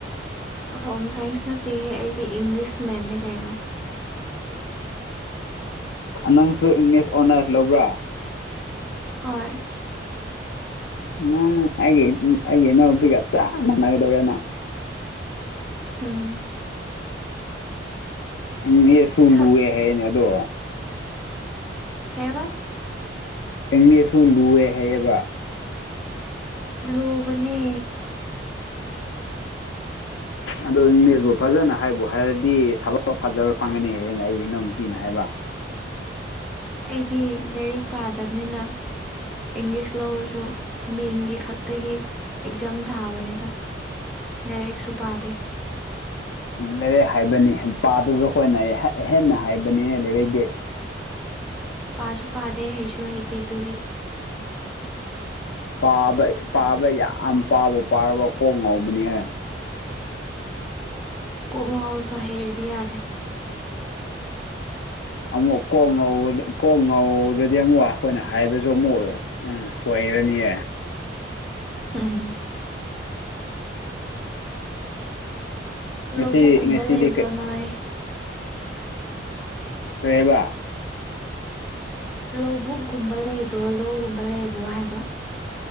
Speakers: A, in the centre; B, on the left.
A: ꯍꯣꯝ ꯁꯥꯏꯟꯁ ꯅꯠꯇꯦꯍꯦ ꯑꯩꯗꯤ ꯏꯪꯂꯤꯁ ꯃꯦꯟꯅꯦ ꯀꯩꯅꯣ
B: ꯅꯪꯁꯨ ꯏꯪꯂꯤꯁ ꯑꯣꯅꯔꯁ ꯂꯧꯕ꯭ꯔꯥ
A: ꯍꯣꯏ
B: ꯎ ꯑꯩꯒꯤ ꯑꯩꯒꯦꯅꯣꯕꯤꯒ ꯆ ꯃꯅꯥꯒꯗꯕꯦꯅ
A: ꯎꯝ
B: ꯃꯦꯠꯁꯁꯨ
A: ꯁꯛ
B: ꯂꯨꯌꯦ ꯍꯥꯏꯅꯦ ꯑꯗꯣ
A: ꯀꯩꯍꯥꯏꯕ
B: ꯑꯦꯡꯉꯦꯁꯨ ꯂꯨꯑꯦ ꯍꯥꯏꯌꯦꯕ
A: ꯂꯨꯕꯅꯦ
B: ꯑꯗꯨ ꯏꯪꯂꯤꯁꯄꯨ ꯐꯖꯅ ꯍꯩꯕꯨ ꯍꯩꯔꯗꯤ ꯊꯕꯛ ꯐꯖꯕ ꯐꯪꯒꯅꯤꯅ ꯑꯩꯒꯤ ꯏꯅꯥꯎ ꯅꯨꯄꯤꯅ ꯍꯥꯏꯕ
A: ꯑꯩꯗꯤ ꯂꯩꯔꯤꯛ ꯄꯥꯗꯕꯅꯤꯅ ꯏꯪꯂꯤꯁ ꯂꯧꯔꯁꯨ ꯃꯤꯡꯒꯤ ꯈꯛꯇꯒꯤ ꯑꯦꯛꯖꯥꯝ ꯊꯥꯕꯅꯤꯗ ꯂꯥꯏꯔꯤꯛꯁꯨ ꯄꯥꯗꯦ
B: ꯂꯩꯔꯤꯛ ꯍꯥꯏꯕꯅꯤ ꯄꯥꯗꯨꯕ ꯈꯣꯏꯅ ꯍꯦꯟꯅ ꯍꯥꯏꯕꯅꯤꯅꯦ ꯂꯩꯔꯤꯛꯗꯤ
A: ꯄꯥꯁꯨ ꯄꯥꯗꯦ ꯍꯩꯁꯨ ꯍꯩꯇꯦ ꯑꯗꯨꯒꯤ
B: ꯄꯥꯕ ꯄꯥꯕ ꯌꯥꯝ ꯄꯥꯕ ꯄꯥꯔꯕ ꯀꯣꯡ ꯉꯧꯕꯅꯤꯍꯦ
A: ꯀꯣꯛ ꯉꯥꯎꯔꯁꯨ ꯍꯩꯔꯗꯤ ꯌꯥꯔꯦ
B: ꯑꯃꯨꯛ ꯀꯣꯛ ꯉꯧ ꯀꯣꯛ ꯉꯧꯔꯗꯤ ꯑꯃꯨꯛ ꯑꯈꯣꯏꯅ ꯍꯥꯏꯕꯁꯨ ꯑꯃꯨꯛ ꯎꯝ ꯁꯋꯥꯏꯔꯅꯤꯌꯦ
A: ꯎꯝ
B: ꯉꯁꯤ
A: ꯂꯧꯕꯨꯛꯀꯨꯝꯕ
B: ꯉꯁꯤꯗꯤ
A: ꯂꯩꯕ꯭ꯔꯣ
B: ꯀꯔꯤ
A: ꯅꯣꯏ
B: ꯀꯩꯍꯥꯏꯕ
A: ꯂꯧꯕꯨꯛꯒꯨꯝꯕ ꯂꯩꯕ꯭ꯔꯣ ꯂꯧꯒꯨꯝꯕ ꯂꯩꯕ꯭ꯔꯣ ꯍꯥꯏꯕ